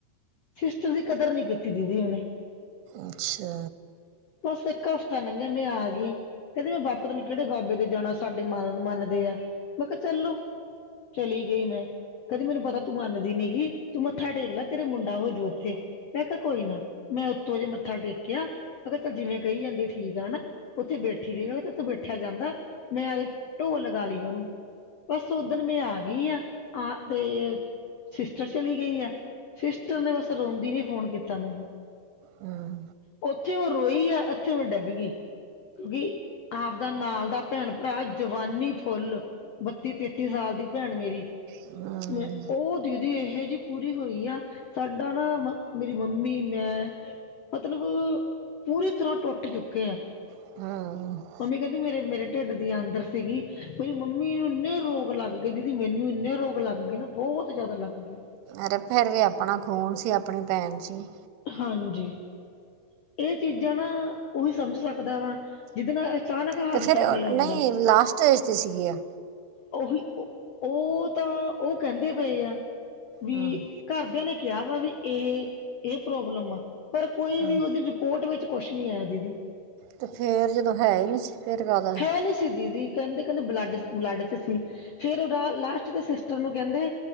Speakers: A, on the left; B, on the right.
A: ਸਿਸਟਰ ਦੀ, ਕਦਰ ਨੀ ਕੀਤੀ ਦੀਦੀ ਓਨੇ।
B: ਅੱਛਾ।
A: ਬਸ ਇੱਕ ਹਫ਼ਤਾ ਲੰਘੇਆ ਮੈਂ ਆ ਗੀ। ਕੈੰਦੇ ਬਾਪ ਪਤਾ ਨ੍ਹੀ ਕੇਹੜੇ ਬਾਬੇ ਦੇ ਜਾਣਾ, ਸਾਡੇ ਮਨ ਮੰਨਦੇ ਆ, ਮੈਂ ਕਿਆ ਚੱਲੋ, ਚਲੀ ਗਈ ਮੈਂ। ਕੈੰਦੀ ਮੈਨੂੰ ਪਤਾ ਤੂੰ ਮੰਨਦੀ ਨੀ ਗੀ, ਤੂੰ ਮੱਥਾ ਟੇਕ ਲੈ ਤੇਰੇ ਮੁੰਡਾ ਹੋਜੂ ਉੱਥੇ। ਮੈਂ ਕਿਆ ਕੋਈ ਨਾ, ਮੈਂ ਉੱਤੋਂ ਜੇ ਮੱਥਾ ਟੇਕਿਆ। ਮੈੰ ਕਿਆ ਚਲ, ਜਿਵੇਂ ਕਈ ਜਾਂਦੇ ਆ, ਠੀਕ ਆ ਹੈਨਾ, ਤੇ ਉੱਥੇ ਬੈਠੀ ਰਈ ਮੈੰ ਕਿਆ, ਤੇਰੇ ਤੋੰ ਬੈਠਿਆ ਜਾਂਦਾ। ਮੈਂ ਆਵ ਦੇ ਢੋ ਲਗਾ ਲਈ ਓਨੂੰ। ਬਸ, ਓਧਣ ਮੈਂ ਆ ਗਈ ਆਂ, ਆ ਤੇ- ਸਿਸਟਰ ਚਲੀ ਗਈ ਐ, ਸਿਸਟਰ ਨੇ ਬਸ ਰੋਂਦੀ ਨੇ ਫੋਨ ਕੀਤਾ ਮੈਨੂੰ।
B: ਹਮ
A: ਓਥੇ ਓ ਰੋਈ ਆ, ਏਥੇ ਮੈਂ ਡਿੱਗ ਗਈ, ਕਿਉਂਕਿ ਆਪਦਾ ਨਾਲ ਦਾ ਭੈਣ, ਭਰਾ ਜਵਾਨੀ ਫੁੱਲ, ਬੱਤੀ -ਤੇਤੀ ਸਾਲ ਦੀ ਭੈਣ ਮੇਰੀ।
B: ਹਮ
A: ਮੈਂ ਓ ਦੀਦੀ ਇਹੋ ਜਿਹੀ ਪੂਰੀ ਹੋਈ ਆ। ਸਾਡਾ ਨਾ, ਮ ਮੇਰੀ ਮੰਮੀ ਮੈਂ। ਮਤਲਬ, ਪੂਰੀ ਤਰ੍ਹਾਂ ਟੁੱਟ ਚੁੱਕੇ ਐਂ।
B: ਹਾਂ।
A: ਮੰਮੀ ਕੈੰਦੀ, ਮੇਰੇ, ਮੇਰੇ ਢਿੱਡ ਦੀ ਆਂਦਰ ਸੀਗੀ, ਮੇਰੀ ਮੰਮੀ ਨੂੰ ਇੰਨੇ ਰੋਗ ਲੱਗ ਗਏ ਦੀਦੀ, ਮੈਨੂੰ ਇੰਨੇ ਰੋਗ ਲੱਗ ਲੱਗੇ ਨਾ, ਬਹੁਤ ਜਾਦਾ ਲੱਗ ਗਏ।
B: ਅਰੇ ਫੇਰ ਵੀ ਆਪਣਾ ਖੂਨ ਸੀ, ਆਪਣੀ ਭੈਣ ਸੀ।
A: ਹਾਂਜੀ, ਏਹ ਚੀਜਾਂ ਨਾ, ਓਹੀ ਸਮਝ ਸਕਦਾ ਵਾ ਜਿਦੇ ਨਾਲ। ਅਚਾਨਕ ਹਾਦਸਾ
B: ਤੇ, ਫਿਰ
A: ਹੋਇਆ
B: ਨਈ
A: ਹੁੰਦਾ
B: ਲਾਸਟੇਜ 'ਤੇ ਸੀਗੀ ਆ।
A: ਓਹੀ, ਓ ਤਾਂ ਓ ਕੈੰਦੇ ਪਏ ਐ। ਵੀ
B: ਹਮ
A: ਘਰਦਿਆਂ ਨੇ ਕਿਆ ਵਾ ਵੀ ਏਹ ਏ ਪ੍ਰੋਬਲਮ ਆ ਪਰ ਕੋਈ
B: ਹਮ
A: ਵੀ ਓਦੀ ਰਿਪੋਰਟ ਵਿੱਚ ਕੁਛ ਨੀ ਆਏਯਾ, ਦੀਦੀ।
B: ਤੇ ਫੇਰ ਜਦੋਂ ਹੈ ਈ ਨੀ ਸੀ ਫੇਰ ਕਾਦਾ ਐ।
A: ਮ ਨੀ ਸੀ ਦੀਦੀ। ਕੈਂਦੀ ਕੈਂਦੇ ਬਲੱਡ, ਬਲੱਡ 'ਚ ਸੀ। ਫੇਰ ਓਦਾ ਲਾਸਟ ਦੇ ਸਿਸਟਰ ਨੂੰ ਕੈਂਦੇ